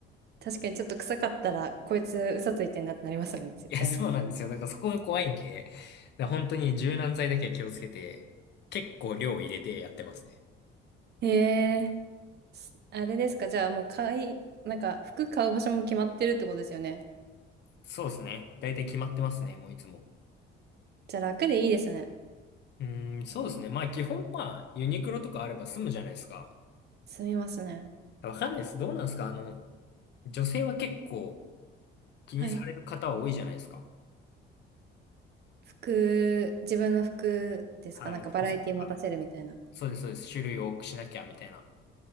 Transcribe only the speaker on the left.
いや、そうなんですよ。だからそこが怖いんで、だから本当に柔軟剤だけは気をつけて、結構量入れてやってますね。
そうですね。だいたい決まってますね、もういつも。
うーん、そうですね。まあ基本まあユニクロとかあれば済むじゃないですか。
わかんないです。どうなんですかあの、女性は結構気にされる方は多いじゃないですか。
はい、
服装とか。そうです、そうです。種類多くしなきゃみたいな。